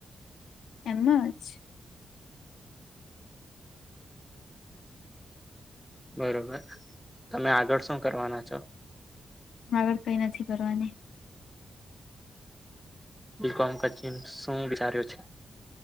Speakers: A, on the left (about 80°); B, in the centre.
A: એમ જ
B: બરોબર તમે આગળ શું કરવાના છો?
A: આગળ કઈ નથી કરવાની.
B: બીકોમ પછી ન શું વિચાર્યું છે?